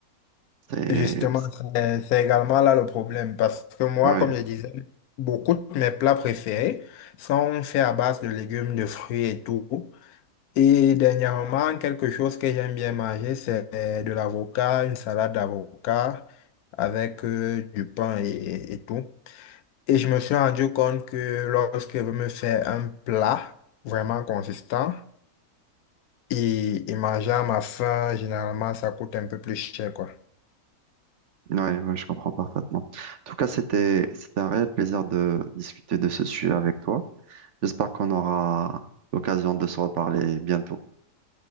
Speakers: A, on the right; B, on the left.
A: C'est,
B: Justement, c'est c'est également là le problème. Parce que moi,
A: ouais,
B: comme je disais, beaucoup de mes plats préférés sont faits à base de légumes, de fruits et tout. Et dernièrement, quelque chose que j'aime bien manger, c'est de l'avocat, une salade d'avocat avec euh, du pain et, et tout. Et je me suis rendu compte que lorsque je me fais un plat vraiment consistant et, et manger à ma faim, généralement, ça coûte un peu plus cher, quoi.
A: ouais, ouais, je comprends parfaitement. En tout cas, c'était, c'était un réel plaisir de discuter de ce sujet avec toi. J'espère qu'on aura l'occasion de se reparler bientôt.